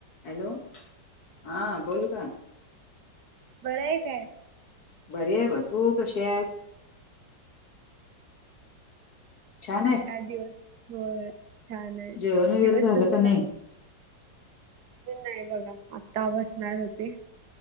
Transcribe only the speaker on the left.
Hello हा बोल का
बरे ब तू कशी आहेस छान आहेस
जेवण वगैरे
झालं
का
नाही